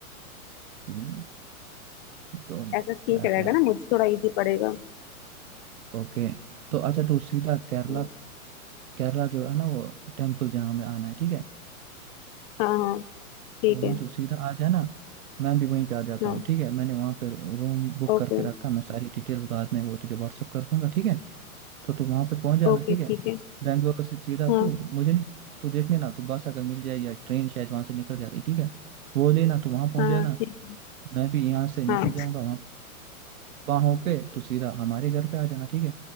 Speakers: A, on the right (about 70°); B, on the left (about 35°).
A: ओके, तो
B: ऐसा ठीक
A: ठहर
B: रहेगा
A: जा
B: ना मुझे थोड़ा इजी पड़ेगा
A: ओके तो अच्छा तू सीधा केरला
B: हाँ
A: केरला जो है ना वो टेम्पल जहाँ हमें आना है ठीक है
B: हाँ हाँ, ठीक
A: तो वहाँ
B: है
A: तू सीधा आ जाना मैं भी वहीं पे आ जाता
B: हाँ
A: हूँ ठीक है मैंने वहाँ पे रूम बुक
B: ओके
A: करके रखा मैं सारी डिटेल्स बाद में वो तुझे व्हाट्सअप कर दूंगा ठीक है तो तू वहां पे पहुंच जाना
B: ओके
A: ठीक
B: ठीक
A: है
B: है
A: बेंगलोर से सीधा
B: हाँ
A: तू मुझे नहीं तू देख लेना तू बस अगर मिल जाए या ट्रेन शायद वहां से निकल जाती ठीक है वो लेना तू वहां पहुंच
B: हाँ
A: जाना
B: हाँ, ठीक
A: मैं भी यहाँ से निकल
B: हाँ
A: जाऊंगा वहां वहां होके तू सीधा हमारे घर पे आ जाना ठीक है